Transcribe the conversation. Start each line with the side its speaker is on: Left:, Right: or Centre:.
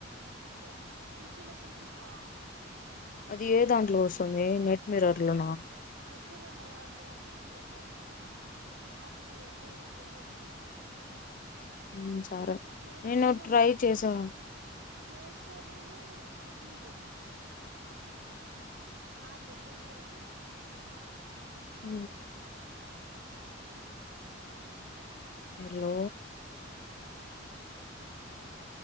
Right: చూడ్లే టీచర్ లసన్ చూస్న్నా
Left: అది ఏ దాంట్లో వస్తుంది నెట్ మిరర్ లోనా
Right: నెటమిర్రర్లో కావదులేగని నేను నీకు ఒక యాప్ది వెబ్ ఇది షేర్ చేస్తాల
Left: హ్మ్ సరే
Right: ప్లే
Left: నేను
Right: స్టోర్
Left: ట్రై
Right: లో
Left: చేసాను
Right: ప్లే స్టోర్ లోనే ఇదుంది ఆయాప్ మూవీ అని
Left: అ హలో